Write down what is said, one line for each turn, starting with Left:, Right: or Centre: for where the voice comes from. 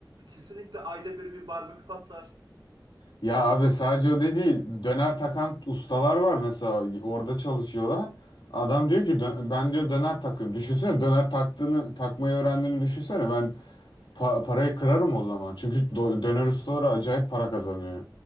Right: kesinlikle ayda bir bir barbekü patlar.
Left: Ya
Right: Anladın
Left: abi sadece
Right: mı?
Left: o da değil. Döner takan ustalar var mesela. Orada çalışıyorlar. Adam diyor ki "Dö- ben diyor döner takıyorum. Düşünsene döner taktığını takmayı öğrendiğimi düşünsene. Ben Pa- parayı kırarım o zaman. Çünkü do- döner ustaları acayip para kazanıyor.